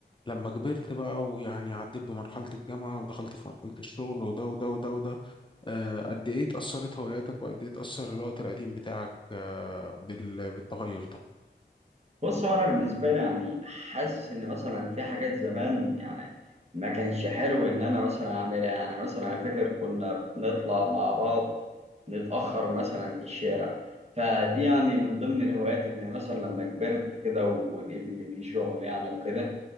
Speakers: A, on the left; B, on the right.
A: لما كبرت بقى ويعني عديت بمرحلة الجامعة ودخلت في مرحلة الشغل وده وده وده وده آه، قد ايه اتأثرت هواياتك وقد ايه اتأثر الوقت القديم بتاعك آه، بال... بالتغير ده
B: بص هو انا بالنسبه لي يعني حاسس ان مثلا في حاجات زمان يعني ما كانش حلو ان انا مثلا اعملها يعني مثلا انا فاكر كنا بنطلع مع بعض نتاخر مثلا في الشارع فدي يعني من ضمن الهوايات اللي مثلا لما كبرت كده ولقيت ان في شغل يعني وكده